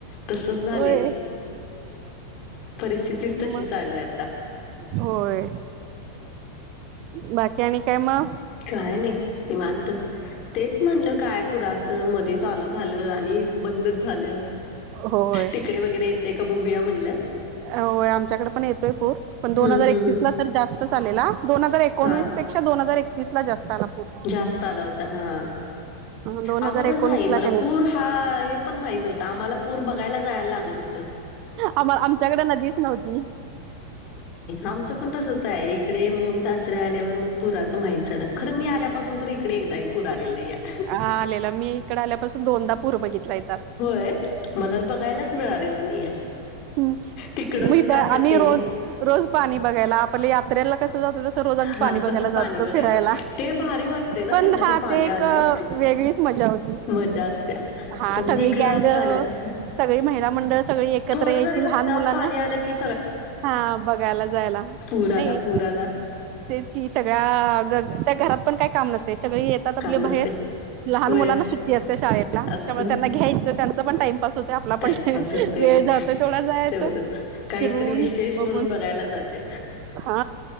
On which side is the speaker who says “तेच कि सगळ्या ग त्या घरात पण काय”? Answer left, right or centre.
Right